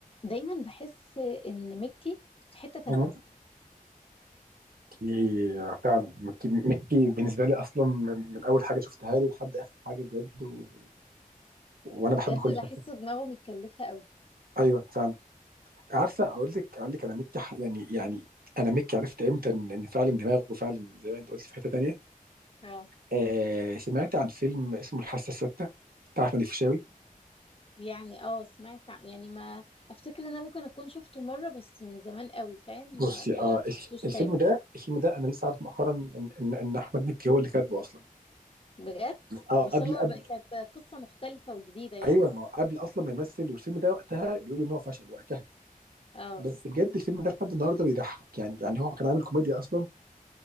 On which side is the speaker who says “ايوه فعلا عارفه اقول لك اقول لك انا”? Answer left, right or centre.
Right